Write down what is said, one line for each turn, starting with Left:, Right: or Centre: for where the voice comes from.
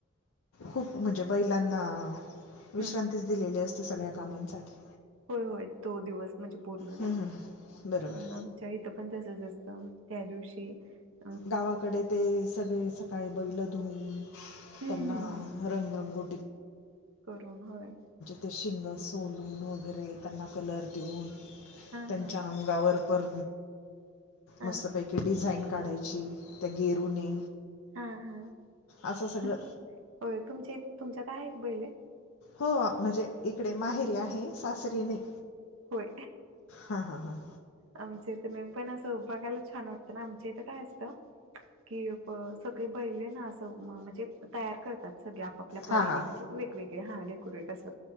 Left: खूप म्हणजे बैलांना विश्रांतीच
Right: हम्म
Left: दिलेली असते सगळ्या कामांसाठी
Right: हो होय तो दिवस म्हणजे पूर्ण
Left: हं,
Right: ना
Left: हं, हं. बरोबर
Right: आमच्या इथं पण तसच असतं. कऋषी <inaudible>
Left: गावाकडे ते सगळे सकाळी बैल धुऊून
Right: हम्म
Left: त्यांना
Right: हम्म.
Left: रंगरंगो
Right: करून हय
Left: ते शिंग सोलून वगैरे त्यांना कलर देऊन
Right: हा
Left: त्यांच्या
Right: हा
Left: अंगावर पण
Right: हा
Left: मस्तपैकी डिझाईन काढायची त्या गेरूने
Right: हा हा
Left: असं सगळं
Right: हो तुमचे तुमच्यात आहेत बैले
Left: हो म्हणजे इकडे माहेरी आहे सासरी नाही.
Right: होय
Left: हा हा हा
Right: आमच्या इथं नाही पण असं बघायला छान वाटतं ना, आमच्या इथं काय असतं. कि सगळे बैले ना अस म्हणजे तयार करतात सगळे. आपल्या परीने
Left: हां हां
Right: म्हणजे वेगवेगळे ह डेकोरेट असं